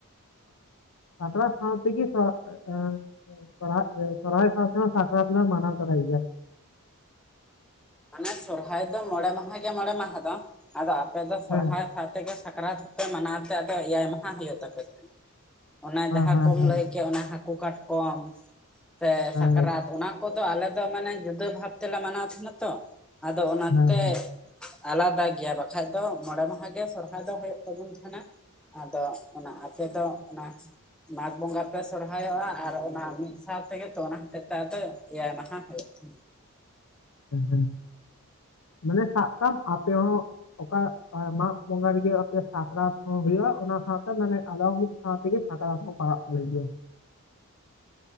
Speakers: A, on the left; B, in the centre.
A: ᱥᱟᱠᱨᱟᱛ ᱥᱟᱶ ᱛᱮᱜᱮ <unintelligible> ᱥᱚᱨᱦᱟᱭ ᱥᱟᱶᱛᱮ ᱦᱚᱸ ᱥᱟᱠᱨᱟᱛ ᱞᱮ ᱢᱟᱱᱟᱶ ᱛᱚᱨᱟᱭ ᱜᱮᱭᱟ
B: ᱢᱟᱱᱮ ᱥᱚᱨᱦᱟᱭ ᱫᱚ ᱢᱚᱬᱮ ᱢᱟᱦᱟ ᱜᱮ ᱢᱚᱬᱮ ᱢᱟᱦᱟ ᱫᱚ ᱟᱫᱚ ᱟᱯᱮ ᱫᱚ ᱥᱚᱨᱦᱟᱭ
A: ᱦᱮᱸ
B: ᱥᱟᱶᱛᱮ ᱜᱮ ᱥᱟᱠᱨᱟᱛ ᱟᱯᱮ ᱢᱟᱱᱟᱣ ᱛᱮ ᱟᱫᱚ ᱮᱭᱟᱭ ᱢᱟᱦᱟ ᱦᱩᱭᱩᱜ ᱛᱟᱯᱮ ᱠᱟᱱᱟ ᱚᱱᱟ
A: ᱦᱮᱸ
B: ᱡᱟᱦᱟᱸ
A: ᱦᱮᱸ
B: ᱠᱚᱢ
A: ᱦᱮᱸ
B: ᱞᱟᱹᱭ ᱠᱮᱫ ᱚᱱᱟ ᱦᱟᱹᱠᱩ ᱠᱟᱴᱠᱚᱢ ᱥᱮ
A: ᱦᱮᱸ
B: ᱥᱟᱠᱨᱟᱛ ᱚᱱᱟ ᱠᱚ ᱠᱚᱫᱚ ᱟᱞᱮ ᱫᱚ ᱢᱟᱱᱮ ᱡᱩᱫᱟᱹ ᱵᱷᱟᱵ ᱛᱮᱞᱮ ᱢᱟᱱᱟᱣ ᱛᱟᱦᱮᱸᱱᱟ ᱛᱚ ᱟᱫᱚ ᱚᱱᱟᱛᱮ
A: ᱦᱮᱸ
B: ᱟᱞᱟᱫᱟ ᱜᱮᱭᱟ ᱵᱟᱠᱷᱟᱡ ᱫᱚ ᱢᱚᱬᱮ ᱢᱟᱦᱟ ᱜᱮ ᱥᱚᱨᱦᱟᱭ ᱫᱚ ᱦᱳᱭᱩᱜ ᱛᱟᱵᱚᱱ ᱛᱟᱦᱮᱱᱟ ᱟᱫᱚ ᱚᱱᱟ ᱟᱯᱮ ᱫᱚ ᱚᱱᱟ ᱢᱟᱜᱽ ᱵᱚᱸᱜᱟ ᱯᱮ ᱥᱚᱨᱦᱟᱭᱚᱜᱼᱟ ᱟᱨ ᱚᱱᱟ ᱢᱤᱫ ᱥᱟᱶ ᱛᱮᱜᱮ ᱛᱚ ᱚᱱᱟ ᱦᱚᱛᱮᱡ ᱛᱮ ᱟᱫᱚ ᱮᱭᱟᱭ ᱢᱟᱦᱟ ᱦᱳᱭᱩᱜ <inaudible>
A: ᱦᱮᱸ ᱦᱮᱸ ᱢᱟᱱᱮ ᱥᱟᱵ ᱠᱟᱢ ᱟᱯᱮ ᱦᱚᱸ ᱚᱠᱟ ᱟᱨ ᱢᱟᱜᱽ ᱵᱚᱸᱜᱟ ᱨᱮᱜᱮ ᱟᱯᱮ ᱥᱟᱠᱨᱟᱛ ᱦᱚᱸ ᱦᱩᱭᱩᱜᱼᱟ ᱚᱱᱟ ᱥᱟᱶᱛᱮ ᱢᱟᱱᱮ ᱟᱫᱚ ᱢᱤᱫ ᱥᱟᱶᱛᱮ ᱜᱮ ᱥᱟᱠᱨᱟᱛ ᱦᱚᱸ ᱯᱟᱲᱟᱜᱼᱟ ᱵᱷᱟᱞᱮ ᱜᱮ